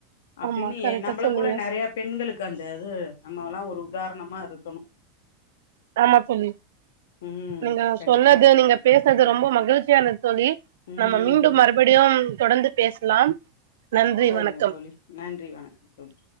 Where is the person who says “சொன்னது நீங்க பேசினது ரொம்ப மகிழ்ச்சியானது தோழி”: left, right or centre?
Right